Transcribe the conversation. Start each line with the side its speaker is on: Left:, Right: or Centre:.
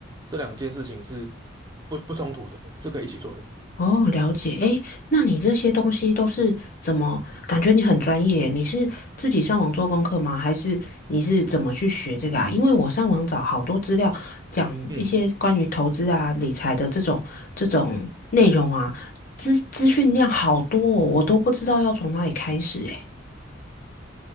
Right: 这两件事情是不不冲突的，是可以一起做的。
Left: 哦，了解。诶，那你这些东西都是怎么？感觉你很专业，你是自己上网做功课吗？还是你是怎么去学这个啊？因为我上网找好多资料，讲一些关于投资啊、
Right: 嗯，
Left: 理财的这种这种内容啊，资资讯量好多哦，我都不知道要从哪里开始诶。